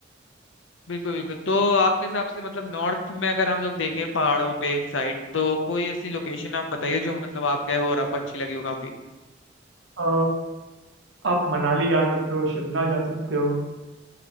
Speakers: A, on the left; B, on the right.
A: बिल्कुल बिल्कुल तो आपके हिसाब से मतलब नॉर्थ में अगर हम लोग देखें पहाड़ों पे साइड तो कोई ऐसी लोकेशन आप बताइए जो मतलब आप गए हो और आपको अच्छी लगी हो काफी
B: अ, आप मनाली जा सकते हो शिमला जा सकते हो